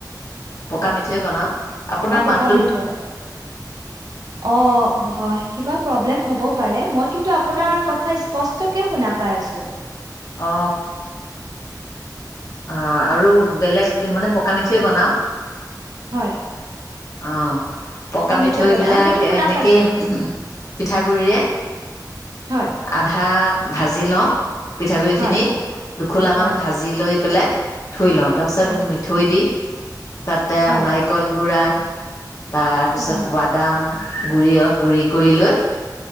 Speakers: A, on the left; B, on the right.
A: পকা মিঠৈ বনাওঁ। আপোনাৰ
B: অ',
A: মাত
B: পকা মিঠৈ। অ--হয়--কিবা প্ৰব্লেম হব। পাৰে মই কিন্তু আপোনাৰ স্পষ্টকে শুনা পাই আছোঁ
A: অ অ আৰু বেলেগ মানে পকা মিঠে বনাওঁ
B: হয়
A: অ। পকা
B: মিঠৈ
A: মিঠৈবিলাক
B: বনাই অ সেইটো শুনা
A: এনেকেই
B: পাইছো উম
A: <unintelligible> পিঠাগু়িৰে
B: হয়
A: আধা ভাজি লওঁ। পিঠা গুৰি
B: হয়
A: খিনি দুখোলা
B: হয়
A: মান ভাজি লৈ পেলাই থৈ লওঁ তাৰপিছত আমি
B: হয়
A: মিঠৈ দি তাতে
B: হয়
A: নাৰিকল গুড়া, তাৰ পিছত
B: হয় হয়
A: বাদাম গুৰি অলপ গুৰি কৰি লৈ